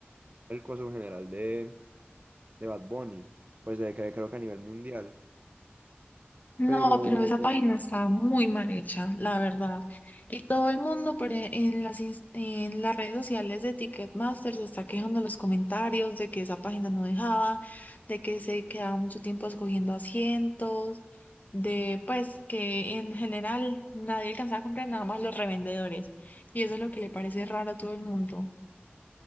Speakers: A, on the right (about 40°); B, on the left (about 45°).
A: el coso en general de, de Bad Bunny, pues de que creo que a nivel mundial.
B: No,
A: Pero
B: pero esa
A: te
B: página
A: lo
B: está muy mal hecha, la verdad. Y todo el mundo por e- en las, ins- en las redes sociales de Ticketmaster se está quejando en los comentarios de que esa página no dejaba, de que se quedaba mucho tiempo escogiendo asientos, de pues que en general nadie alcanzaba a comprar nada más los revendedores. Y eso es lo que le parece raro a todo el mundo.